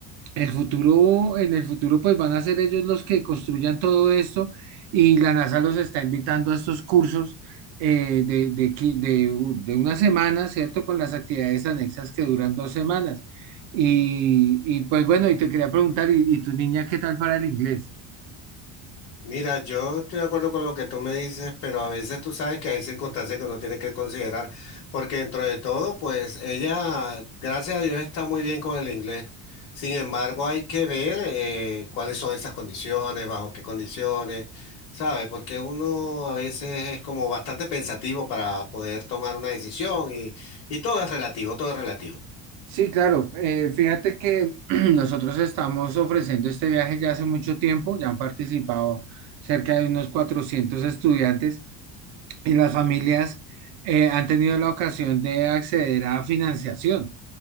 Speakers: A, on the right; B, on the left.
A: el futuro, en el futuro, pues van a ser ellos los que construyan todo esto y la NASA los está invitando a estos cursos eh, de, de, qui- de u- de una semana, ¿cierto? Con las actividades anexas que duran dos semanas. Y, y, pues bueno, y te quería preguntar, ¿y, y tu niña qué tal para el inglés?
B: Mira, yo estoy de acuerdo con lo que tú me dices, pero a veces tú sabes que hay circunstancias que uno tiene que considerar, porque dentro de todo, pues ella, gracias a Dios, está muy bien con el inglés. Sin embargo, hay que ver eh, cuáles son esas condiciones, bajo qué condiciones, ¿sabes? Porque uno a veces es como bastante pensativo para poder tomar una decisión y, y todo es relativo, todo es relativo.
A: Sí, claro. eh, fíjate que <clears throat> nosotros estamos ofreciendo este viaje ya hace mucho tiempo, ya han participado cerca de unos 400 estudiantes. y las familias eh, han tenido la ocasión de acceder a financiación.